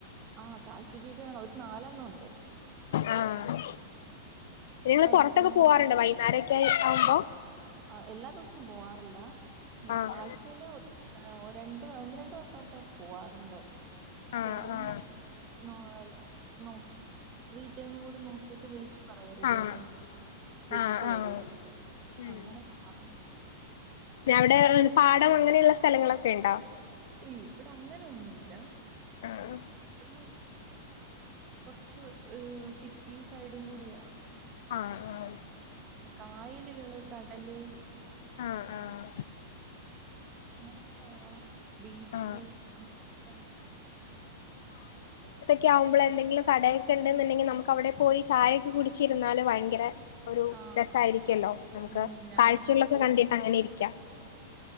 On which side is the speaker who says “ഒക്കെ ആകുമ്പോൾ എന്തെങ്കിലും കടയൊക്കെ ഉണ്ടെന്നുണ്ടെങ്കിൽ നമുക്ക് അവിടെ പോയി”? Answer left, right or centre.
Left